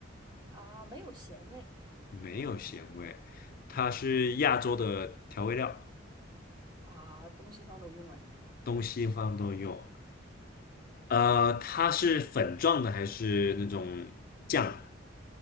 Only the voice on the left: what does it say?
没有咸味。它是亚洲的调味料，
东西方都有。呃，它是粉状的还是那种酱？